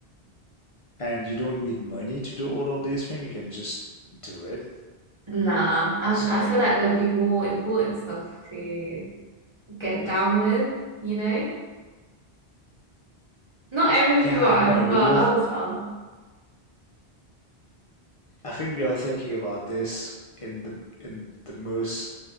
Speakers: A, on the left (about 50°); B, on the right (about 30°).
A: And you don't need money to do all of these things. You can just do it.
B: Nah, I
A: So,
B: I feel like there'd be more important stuff to get down with, you know? Not Area
A: yeah,
B: 51,
A: I know,
B: but
A: but you're,
B: other stuff.
A: I think you're thinking about this in the in the most,